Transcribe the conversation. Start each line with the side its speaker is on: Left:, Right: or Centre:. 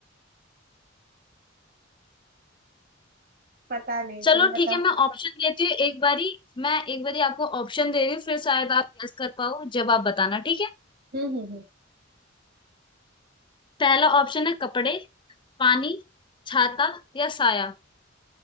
Right: पता नहीं
Left: चलो
Right: तुम बताओ
Left: ठीक है मैं ऑप्शन देती हूँ एक बारी मैं एक बारी आपको ऑप्शन दे रही हूँ फिर शायद आप गेस कर पाओ जवाब बताना ठीक है
Right: हम्म हम्म हम्म
Left: पहला ऑप्शन है कपड़े पानी छाता या साया